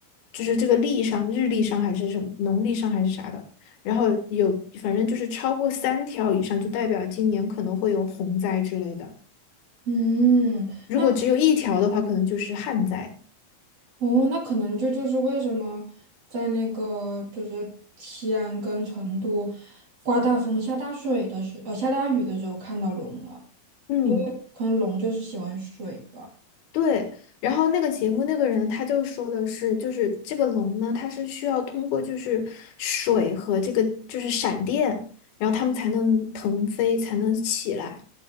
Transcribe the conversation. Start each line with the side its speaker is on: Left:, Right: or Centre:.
Left: 就是这个历上日历上还是什么农历上还是啥的，然后有反正就是超过三条以上，就代表今年可能会有洪灾之类的。
Right: 嗯，
Left: 如果只有一条的话，
Right: 那可
Left: 可能就是旱灾。
Right: 哦，那可能这就是为什么在那个就是西安跟成都刮大风、下大水的时呃下大雨的时候看到龙了，
Left: 嗯。
Right: 可能龙就是喜欢水吧。
Left: 对，然后那个节目那个人他就说的是，就是这个龙呢，它是需要通过就是水和这个就是闪电，然后它们才能腾飞，才能起来。